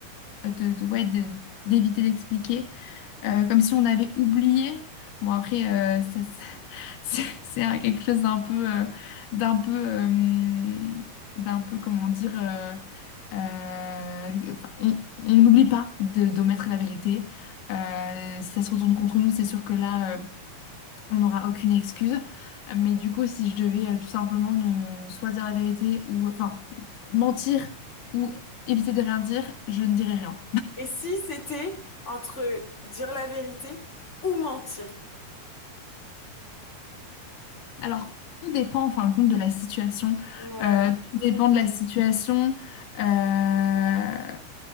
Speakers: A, on the left; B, on the left.
A: de, de- ouais, de- d'éviter d'expliquer euh, comme si on avait oublié. Bon, après, euh, ça- ça- <laughs> c'est c'est un- quelque chose d'un peu, euh, d'un peu, euh, d'un peu, comment dire, euh, euh, enfin, on on n'oublie pas de- d'omettre la vérité. Euh, si ça se retourne contre nous, c'est sûr que là, euh, on n'aura aucune excuse. Euh, Mais du coup, si je devais euh, tout simplement ne soit dire la vérité ou enfin mentir ou éviter de rien dire, je ne dirais rien.
B: Et si c'était entre dire la vérité ou mentir?
A: Alors, tout dépend en fin de compte de la situation.
B: Ouais,
A: Euh, Ouais. tout
B: c'est
A: dépend
B: trop dur.
A: de la situation. Euh,